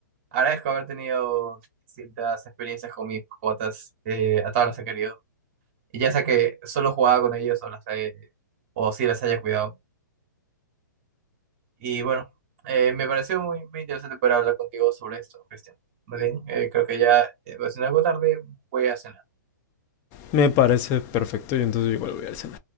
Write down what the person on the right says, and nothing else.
agradezco haber tenido distintas experiencias con mis mascotas, eh, a todas las he querido. Y ya sea que solo jugaba con ellos o las he- o si las haya cuidado. Y bueno, eh, me pareció muy, muy interesante poder hablar contigo sobre esto, Cristian. Más bien, eh, creo que ya eh, va siendo algo tarde, voy a cenar.